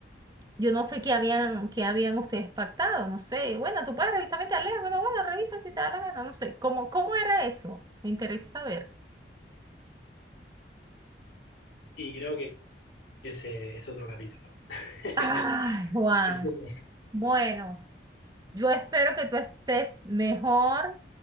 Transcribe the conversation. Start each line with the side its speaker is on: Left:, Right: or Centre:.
Right: Yo no sé qué habían, qué habían ustedes pactado, no sé. Bueno, tú puedes revisar, vete a leer. Bueno, bueno, revisa si te da la gana, no sé. ¿Cómo, cómo era eso? Me interesa saber.
Left: Y creo que ese es otro capítulo. <laughs>
Right: Ay, Juan.
Left: El tema-
Right: Bueno, yo espero que tú estés mejor,